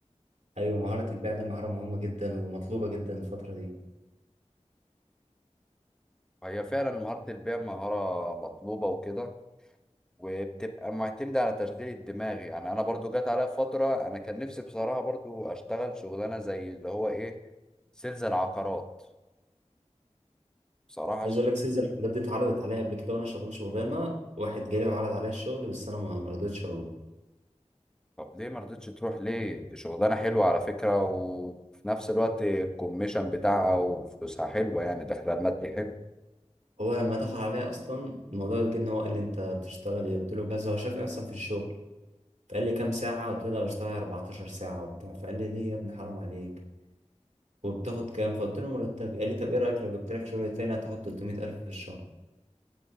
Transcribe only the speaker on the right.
ايوه مهارة البيع دي مهارة مهمة جدا ومطلوبة جدا الفترة دي
عايز اقول لك سيلز الحاجات دي اتعرضت عليا قبل كده وانا شغال شغلانه واحد جالي وعرض عليا الشغل بس انا ما ما رضيتش اروح
هو لما دخل عليا اصلا الموضوع جه ان هو قال لي انت بتشتغل ايه قلت له كذا هو شافني اصلا في الشغل فقال لي كام ساعه قلت له ده بشتغل 14 ساعه وبتاع فقال لي ليه يا ابني حرام عليك وبتاخد كام فقلت له مرتبي قال لي طب ايه رايك لو جبت لك شغل تاني هتاخد 300000 في الشهر